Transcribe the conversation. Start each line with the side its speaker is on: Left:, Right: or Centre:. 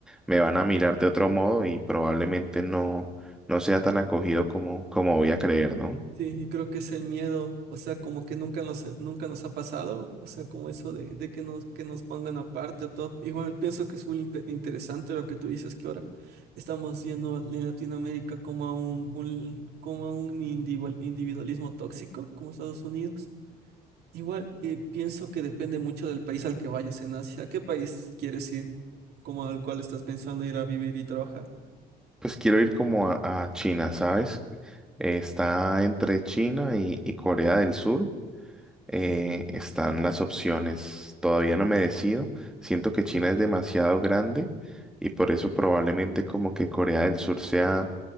Centre: me van a mirar de otro modo y probablemente no, no sea tan acogido como, como voy a creer, ¿no?
Right: Sí, y creo que es el miedo, o sea, como que nunca nos, nunca nos ha pasado, o sea, como eso de, de que nos, que nos pongan aparte o todo. Igual pienso que es muy impe- interesante lo que tú dices, que ahora estamos yendo en Latinoamérica como a un, un- como a un individual- individualismo tóxico, como Estados Unidos. Igual eh, pienso que depende mucho del país al que vayas en Asia. ¿A qué país quieres ir? Como al cual estás pensando ir a vivir y trabajar.
Centre: Pues quiero ir como a, a China, ¿sabes? Eh, Está entre China y, y Corea del Sur. eh, están las opciones. Todavía no me decido. Siento que China es demasiado grande y por eso probablemente como que Corea del Sur sea